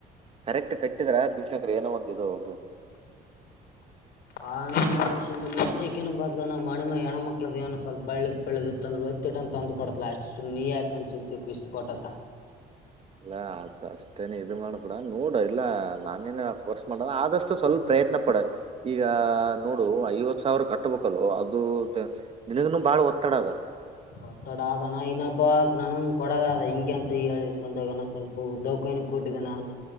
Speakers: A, on the right; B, on the left.
A: ಕರೆಕ್ಟ್ ಕಟ್ಟಿದ್ರ ಭೀಮಶಂಕರ್ ಏನೋ ಒಂದ ಇದು ಭಿಮ <inaudible> <inaudible>
B: ಆ ಅಣ್ಣ ನೋಡ ಸುಮ್ಮನೆ ನಸಕಿನ ಬದಲ್ಲ ನಮ್ಮ ಮಣ್ಣ ಮೇಲ್ ಹೆಣ್ಣ ಮಕ್ಕಳದ ಏನ್ ಸ್ವಲ್ ಬಳ್ಳಿ ಬೆಳೆದಿತ್ತ ಅಂದ್ರ ವಜ್ಜಿ <inaudible> ತ್ತಿಟ್ಟನ ತಂದ ಕೊಡತಲಾ ಲಾಸ್ಟಗೆ ಸುಮ್ಮ ನೀ ಯಾಕ ಅನ್ಸಿಂತು ಇಷ್ಟ ಕೊಟ್ಟಾತ್ತ. <inaudible>
A: ನಾ ಹಾಲ ತರಸ <inaudible> ತೇ ನೀ ಇದು ಮಾಡಬೇಡ ನೋಡ ಇಲ್ಲ ನಾನೇನ ಫೋರ್ಸ್ ಮಾಡಲ್ಲ ಆದಷ್ಟು ಸ್ವಲ್ಪ ಪ್ರಯತ್ನ ಪಡ. <inaudible> ಈಗ ನೋಡು ಐವತ್ತ ಸಾವಿರ ಕೆಟ್ಟ ಬೇಕ ಅಲ್ಲೂ ಅದು ತ ನಿನಗನು ಬಾಳ ಒತ್ತಡ ಅದ. <inaudible>
B: ಒತ್ತಡ ಆದ ಅಣ್ಣ ಇನ್ನೊಬ್ಬ ನನುವ ಕೊಡೋ ಅದ ಹಿಂಗೆ ಅಂತ ಹೇಳಿ. <inaudible> ಬಂದಾಗ ನೆನ್ಸ್ತೀನಿ ಕೊಗ ದವಾಖಾನಿಗ ಕೊಟ್ಟಿದ್ದೆ ನಾನ